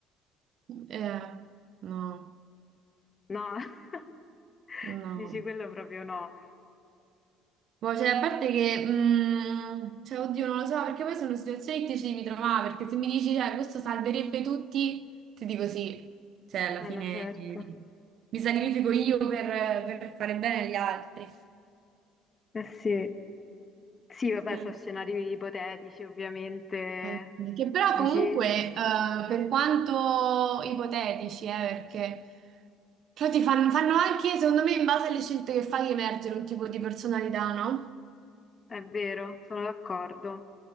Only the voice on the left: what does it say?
No, <laughs>
dici quello proprio no.
Eh
no, certo.
Eh sì. Sì, vabbè,
sono scenari ipotetici, ovviamente.
Dici,
è vero, sono d'accordo,